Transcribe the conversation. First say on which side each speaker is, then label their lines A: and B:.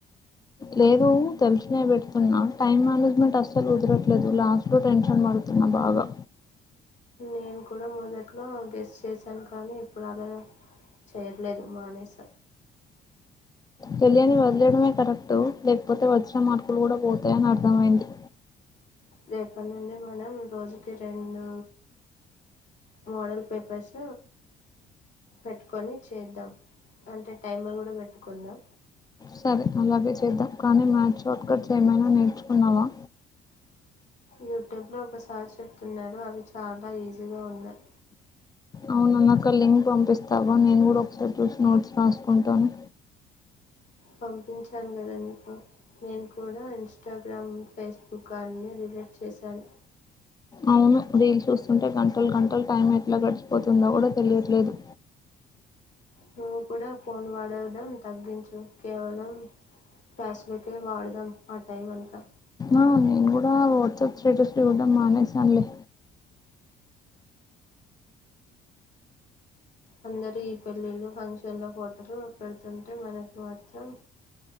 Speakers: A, on the left (about 25°); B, on the left (about 45°).
A: లేదు తెలిసినవే పెడుతున్నా టైం మేనేజ్మెంట్ అస్సలు కుదరట్లేదు లాస్ట్ లో టెన్షన్ పడుతున్నా బాగా
B: నేను కూడా మొదట్లో గెస్ చేశాను కానీ ఇప్పుడు అలా చేయట్లేదు మానేస
A: తెలియని వదిలేయడమే కరెక్టు లేకపోతే వచ్చిన మార్కులు కూడా పోతాయని అర్థమైంది
B: రేపటి నుండి మనం రోజుకి రెండు మోడల్ పేపర్స్ పెట్టుకొని చేద్దాం అంటే టైమర్ కూడా పెట్టుకుందాం
A: సరే అలాగే చేద్దాం కానీ మ్యాషార్ట్కట్స్ ఏమైనా నేర్చుకున్నావా
B: యూట్యూబ్లో ఒక సార్ చెప్తున్నారు అవి చాలా ఈజీగా ఉన్నాయ్
A: అవును నాకు ఆ లింక్ పంపిస్తావా నేను కూడా ఒకసారి చూసి నోట్స్ రాసుకుంటాను
B: పంపించాను కదా నీకు నేను కూడా ఇన్స్టాగ్రామ్ ఫేస్బుక్ అన్ని డిలీట్ చేశాను
A: అవును రీలు చూస్తుంటే గంటలు గంటలు టైం ఎట్లా గడిచిపోతుందో కూడా తెలియట్లేదు
B: నువ్వు కూడా ఫోన్ వాడడం తగ్గించు కేవలం క్లాసులోకే వాడదాం ఆ టైం అంతా
A: ఆ నేను కూడా వాట్సాప్ స్టేటస్ చూడం మానేసానులే
B: అందరు ఈ పెళ్ళిళ్ళు ఫంక్షన్ లో ఫోటోలు పెడుతుంటే మనకు మాత్రం